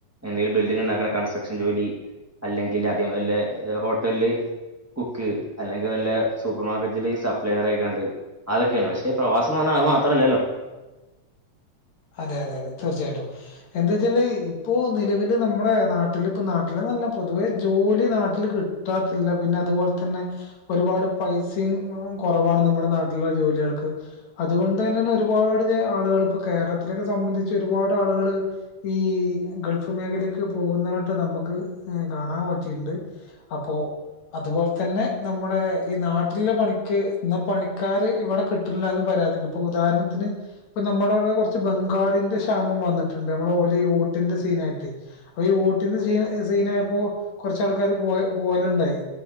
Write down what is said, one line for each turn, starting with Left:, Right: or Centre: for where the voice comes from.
Right: എന്തെങ്കിലും ബിൽഡിംഗ് ഇണ്ടാക്ക്ണ കൺസ്ട്രക്ഷൻ ജോലി അല്ലെങ്കിൽ ആദ്യം വല്ല ഹോട്ടലില് കുക്ക് അല്ലെങ്കി വല്ല സൂപ്പർ മാർക്കറ്റില് സപ്ലയർ ആയിക്കാണ്ട് അതൊക്കെയാണ് പക്ഷേ പ്രവാസം പറഞ്ഞാ അത് മാത്ര അല്ലല്ലോ
Left: അതെ അതെ അതെ തീർച്ചയായിട്ടും എന്താ വച്ചാല് ഇപ്പോ നിലവില് നമ്മുടെ നാട്ടിൽ ഇപ്പൊ നാട്ടില്ന്നല്ല പൊതുവേ ജോലി നാട്ടില് ക് കിട്ടാത്തില്ല പിന്നെ അതുപോലെ തന്നെ ഒരുപാട് പൈസയും കുറവാണ് നമ്മുടെ നാട്ടിലുള്ള ജോലികൾക്ക് അതുകൊണ്ട് തന്നെയാണ് ഒരുപാട് ആളുകൾ ഇപ്പൊ കേരളത്തിലൊക്കെ സംബന്ധിച്ച് ഒരുപാട് ആളുകള് ഈ ഗൾഫ് മേഖലക്ക് പോകുന്നവട്ട് നമുക്ക് ഏ കാണാൻ പറ്റിയിണ്ട് അപ്പോ അതുപോലെ തന്നെ നമ്മുടെ ഈ നാട്ടിലെ പണിക്ക് ഇന്ന് പണിക്കാര് ഇവിടെ കിട്ടില്ലാന്ന് പരാതിണ്ട് ഇപ്പൊ ഉദാഹരണത്തിന് ഇപ്പ നമ്മുടെ അവിടെ കൊറ ച്ച് ബംഗാളിന്റെ ക്ഷാമം വന്നിട്ടുണ്ട് നമ്മള് ഓലെ ഈ ഓട്ടിന്റെ സീനായിട്ട് അപ്പൊ ഈ ഓട്ടിന്റെ സീ സീനായപ്പോ കൊറച്ചാൾക്കാര് പോയ പോയലുണ്ടായി